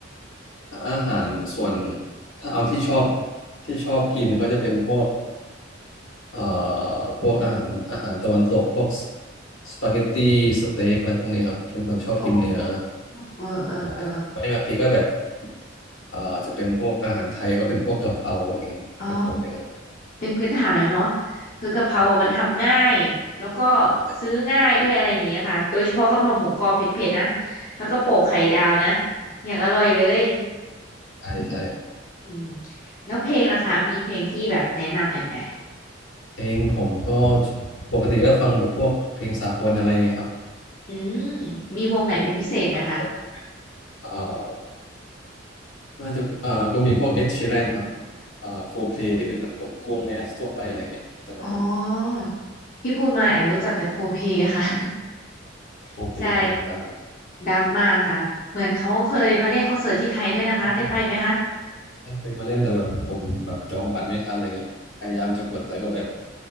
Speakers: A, on the left; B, on the left.
A: ถ้าอาหารส่วนถ้าเอาที่ชอบที่ชอบกินก็จะเป็นพวก เอ่อพวกอาหารอาหารตะวันตกพวกสปาเกตตี้สเต็กอะไรพวกนี้ครับเป็นคนชอบกินเนื้อ
B: อ๋อเออเออเออ
A: ใช่บางทีบางทีก็แบบเอ่อจะเป็นพวกอาหารไทยก็เป็นพวกกะเพราอะไรเงี้ยกะเพราเนื้อ
B: อ๋อเป็นพื้นฐานเลยเนาะคือกะเพราอะมันทำง่ายแล้วก็
A: ใช่เป็นใช่
B: ซื้อง่ายด้วยอะไรอย่างเงี้ยค่ะโดยเฉพาะกะเพราหมูกรอบเผ็ดๆนะแล้วก็โปะไข่ดาวนะอย่างอร่อยเลย
A: ใช่ใช่
B: อืมแล้วเพลงล่ะคะมีเพลงที่แบบแนะนำแอมไหม
A: เองผมก็ปกติก็ฟังแบบพวกเพลงสากลอะไรเงี้ยครับ
B: อืมมีวงไหนเป็นพิเศษไหมคะ
A: เป็นเพลงสากลเอ่อน่าจะเอ่อก็มีพวกเอ็ดชีแรนครับเอ่อโคเพลที่เป็นแบบวงแมสทั่วไปอะไรเงี้ยแต่แบบ
B: อ๋อที่พูดมาแอมรู้จักแต่โคเพค่ะ <laughs>
A: โคเพลดังดังเหมือนกั
B: ใช่ดังมากค่ะเหมือนเขาเคยมาเล่นคอนเสิร์ตที่ไทยด้วยนะคะได้ไปไหมคะ
A: นใช่ ไปมาเล่นแต่แบบผมแบบจองบัตรไม่ทันอะไรเงี้ยพยายามจะกดแต่ก็แบบ